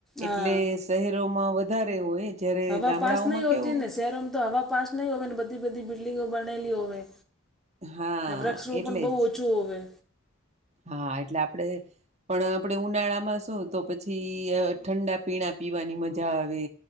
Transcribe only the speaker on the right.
એટલે શહેરોમાં વધારે હોય, જયારે
ગામડાઓમાં
કેવું
હા
એટલે
જ
હા, એટલે આપડે પણ આપણે ઉનાળામાં શું તો પછી ઠંડા પીણા પીવાની મજા આવે.